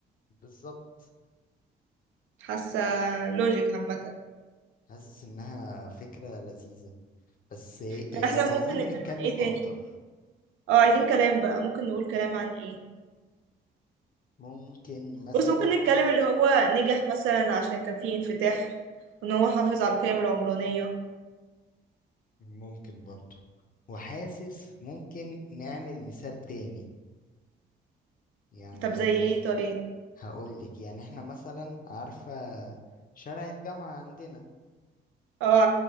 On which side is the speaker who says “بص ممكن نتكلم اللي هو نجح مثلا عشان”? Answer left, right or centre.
Right